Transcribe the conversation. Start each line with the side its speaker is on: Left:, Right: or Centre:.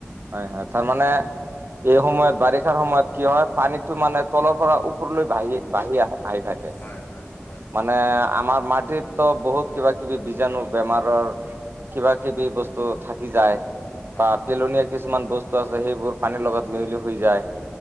Right: হয় হয় তাৰমানে এই সময়ত বাৰিষাৰ সময়ত কি হয় পানীটো মানে তলত উপৰা-ওপৰলৈ বাহি বাহি আহ আহি থাকে,
Left: হয় হয় হয়
Right: মানে আমাৰ মাট টিত তো বহুত কিবা কিবি বীজাণু, বেমাৰৰ কিবা কিবি বস্তু থাকি যায়।
Left: হয়
Right: বা
Left: হয়
Right: পেলনীয়া কিছুমান বস্তু আছে সেইবোৰ পানীৰ লগত মিহলি হৈ যায়।